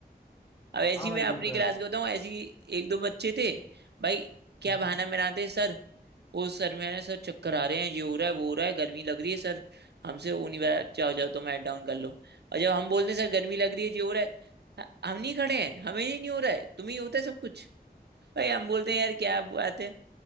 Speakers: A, on the right (about 80°); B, on the left (about 20°).
A: अब ऐसी
B: हाँ भाई
A: मैं अपनी
B: ये तो
A: क्लास
B: है
A: के बताऊं ऐसी एक दो बच्चे थे भाई क्या
B: <laughs>
A: बहाना बनाते सर वो सर मैंने सर चक्कर आ रहे हैं ये हो रहा है वो हो रहा है गर्मी लग रही है सर हमसे वो नहीं बता जाओ जाओ तो हेड डाउन कर लो और जब हम बोलते हैं सर गर्मी लग रही है ये हो रहा है ह- हम नहीं खड़े हैं हमें ही नहीं हो रहा है तुम्हें ही होता है सब कुछ भाई हम बोलते हैं यार क्या बात है